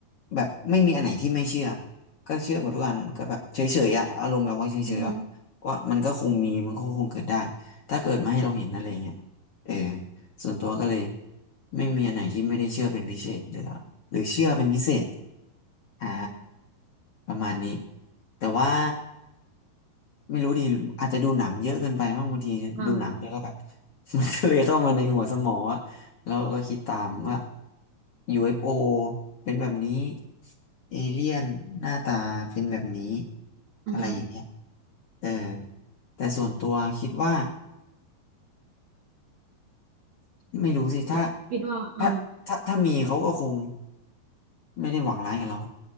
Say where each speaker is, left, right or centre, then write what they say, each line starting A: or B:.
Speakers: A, on the left (about 50°); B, on the right (about 60°).
A: แบบไม่มีอันไหนที่ไม่เชื่อก็เชื่อหมดทุกอันก็แบบเฉยๆอะอารมณ์แบบว่าเฉยๆอะ
B: อือหือ
A: ว่ามันก็คงมีมันก็คงเกิดได้ถ้าเกิดมาให้เราเห็นอะไรอย่างเงี้ยเออ ส่วนตัวก็เลยไม่มีอันไหนที่ไม่ได้เชื่อเป็นพิเศษหรือหรือเชื่อเป็นพิเศษอ่าประมาณนี้แต่ว่าไม่รู้ดีอาจจะดูหนังเยอะเกินไปมั้งบางทีดูหนังแล้วก็แบบ
B: อ่า
A: <laughs> มันก็เลยเข้ามาในหัวสมองว่าแล้วก็คิดตามว่า UFO เอฟโอเป็นแบบนี้เอเลี่ยนหน้าตาเป็นแบบนี้
B: อือหือ
A: อะไรอย่างเงี้ยเออแต่ส่วนตัวคิดว่า ไม่รู้สิถ้า
B: คิดคิดว่าอ่า
A: ถ้าถ้าถ้ามีเขาก็คงไม่ได้หวังร้ายกับเรา